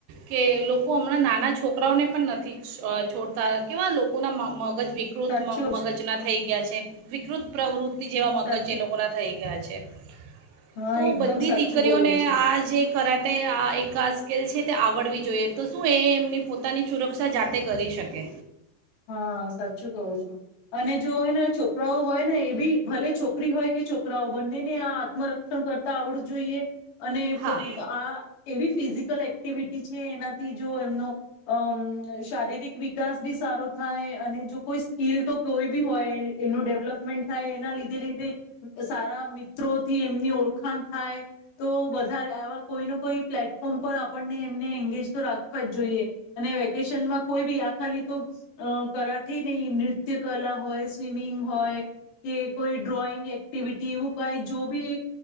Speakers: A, on the right; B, on the left.
A: કે લોકો હમણાં નાના છોકરાઓને પણ નથી છોડતા કેવા લોકોના મામ મગજ વિકૃત
B: સાચું
A: મ મગજના
B: જ
A: થઈ ગયા છે. વિકૃત પ્રવૃત્તિ જેવા મગજ
B: સાચું
A: એ લોકો ના થઇ. <unintelligible>
B: હા
A: તો
B: એકદમ
A: બધી
B: સાચું
A: દીકરીઓને
B: બોલો છો
A: આ જે કરાટ માટે આ એક સ્કેલ છે તે આવડવી જોઈએ તો શું એ એમની પોતાની સુરક્ષા જાતે કરી શકે.
B: હા સાચું કહું છું અને જો હોયને છોકરાઓ હોય ને એ બી ભલે છોકરી હોય કે છોકરાઓ બંને આત્મરક્ષણ કરતા આવડું જોઈએ અને
A: હા
B: પો આ એવી ફિઝિકલ એક્ટિવિટી છે એનાથી જો એમનો અ શારીરિક વિકાસ બી સારો થાય અને જો કોઈ સ્કીિલ તો કોઈ બી હોય એનું ડેવલપ મિઠા એ એના લીધે લીધે સારા મિત. <unintelligible> થી એમની ઓળખાણ થાય તો વધારે આવા કોઈને કોઈ પ્લેટફોર્મ પર આપણને એમને એંગેજ તો રાખવા જ જોઈએ અને વેકેશનમાં કોઈ બી આ ખાલી તો કરાઠી નહીં નૃત્ય કલા હોય સ્વિમિંગ હોય કે કોઈ ડ્રોઈંગ એક્ટિવિટી એવું કાંઈ જો બી